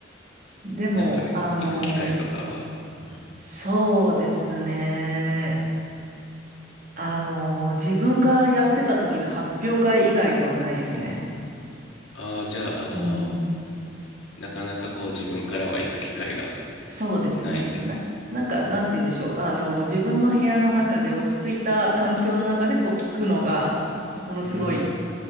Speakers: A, on the right (about 45°); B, on the left (about 85°).
A: でも、
B: なんか行く機会とかは。
A: あの、
B: うん。
A: そうですね。あの、自分がやってた時の発表会以外ではないですね。
B: ああ、じゃあ、あの、
A: うん。
B: なかなかこう自分からは行く機会が
A: そうですね。
B: ないっていうか。
A: な、なんか、なんて言うんでしょう。あの、自分の部屋の中で落ち着いた環境の中でこう聞くのが、ものすごい、
B: うん。